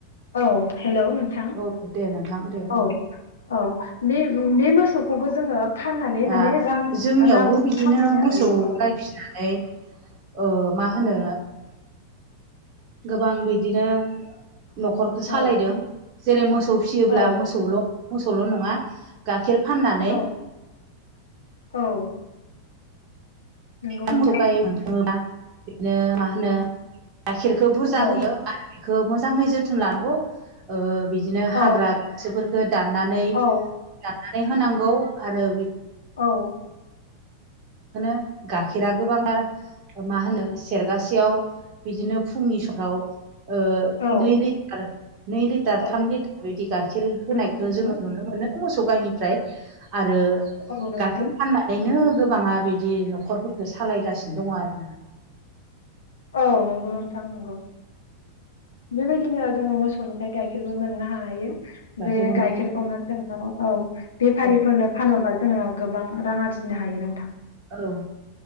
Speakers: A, on the left; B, on the right.
A: औ हेलौ नोंथां
B: औ दे नोंथां दे
A: औ
B: ओं
A: औ बे बे मोसौखौबो जोङो फाननानै
B: दा
A: माने रां
B: जोंनियावबो
A: रां
B: बिदिनो
A: खामायनो
B: मोसौ
A: हायो औ
B: गाय फिसिनानै ओ मा होनो गोबां बिदिनो न'खरखो
A: औ
B: सालायदों जेरै मोसौ फियोब्ला
A: औ
B: मोसौल' मोसौल' नङा गाइखेर फाननानै
A: औ औ नंगौ
B: मोजां
A: नोंथां
B: मोसौ गाय मोनफ्लाङोबा बिदिनो मा होनो गाइखेरखौ बुरजा
A: औ
B: होयो आरो बेखौ मोजाङै जोथोन लानांगौ बिदिनो हाग्रा
A: औ
B: गांसोफोरफोरखौ दाननानै
A: औ
B: दाननानै होनांगौ आरो
A: औ
B: बेनो गाइखेरा गोबांथार मा होनो सेरगासेयाव बिदिनो फुंनि माव ओ
A: औ
B: नै लिटार नै लिटार
A: औ
B: थाम लिटार बिदि गाइखेर होनायखौ
A: नंगौ नोंथां
B: जोङो नुनो मोनो मोसौ गाइनिफ्राय आरो
A: औ नोंथां
B: गाइखेर फाननानैनो गोबाङा बेबायदि न'खरफोरखौ सालायगासिनो दङ आरोना
A: औ नंगौ नोंथां नंगौ बेबायदिनो जोङो मोसौनिफ्राय गाइखेरबो मोननो हानायो।
B: गाइखेर
A: बे
B: मोननो
A: गाइखेरखौनो
B: हायो
A: जोङो औ बेफारिफोरनो
B: औ
A: फानहरोबा जोङो गोबां रां आरजिनो हायो नोंथां
B: औ